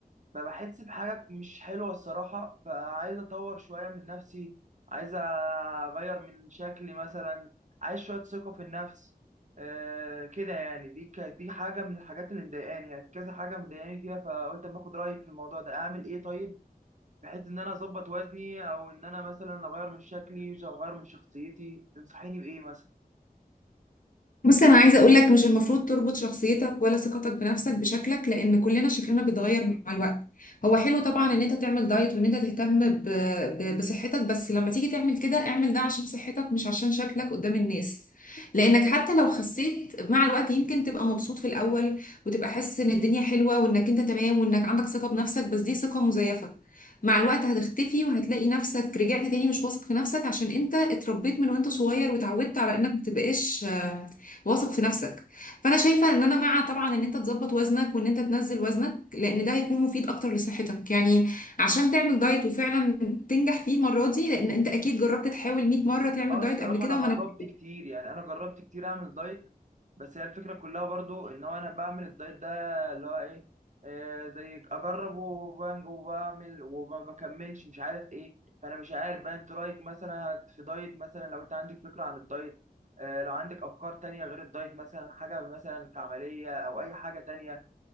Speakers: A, on the right; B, on the left.
A: فبحس بحاجة مش حلوة الصراحة فعايز أطور شوية من نفسي عايز أغير من شكلي مثلا عايز شوية ثقة في النفس آه كده يعني دي ك- دي حاجة من الحاجات اللي مضايقاني يعني كذا حاجة مضايقاني فيها فقلت أما آخد رأيك في الموضوع ده أعمل إيه طيب بحيث إن أنا أظبط وزني أو إن أنا مثلا أغير من شكلي أغير من شخصيتي تنصحيني بإيه مثلا
B: بص انا عايزه اقول لك مش المفروض تربط شخصيتك ولا ثقتك بنفسك بشكلك لان كلنا شكلنا بيتغير مع الوقت هو حلو طبعا ان انت تعمل دايت وان انت تهتم ب... ب... بصحتك بس لما تيجي تعمل كده اعمل ده عشان صحتك مش عشان شكلك قدام الناس لانك حتى لو خسيت مع الوقت يمكن تبقى مبسوط في الاول وتبقى حاسس ان الدنيا حلوه وانك انت تمام وانك عندك ثقه بنفسك بس دي ثقه مزيفه مع الوقت هتختفي وهتلاقي نفسك رجعت تاني مش واثق في نفسك عشان انت اتربيت من وانت صغير واتعودت على انك متبقاش واثق في نفسك فانا شايفه ان انا مع طبعا ان انت تظبط وزنك وان انت تنزل وزنك لان ده هيكون مفيد اكتر لصحتك يعني عشان تعمل دايت وفعلا تنجح فيه المره دي لان انت اكيد جربت تحاول 100 مره تعمل
A: اه
B: دايت
A: الصراحة
B: قبل كده
A: أنا جربت
B: وما نجحتش
A: كتير يعني أنا جربت كتير أعمل دايت بس هي الفكرة كلها برضو إن هو أنا بعمل الدايت ده اللي هو إيه آه زي أجرب وبنج وبعمل وما بكملش مش عارف إيه فأنا مش عارف بقى أنت رأيك مثلا هت- في دايت مثلا لو أنت عندك فكرة عن الدايت آه لو عندك أفكار تانية غير الدايت مثلا حاجة مثلا كعملية أو أي حاجة تانية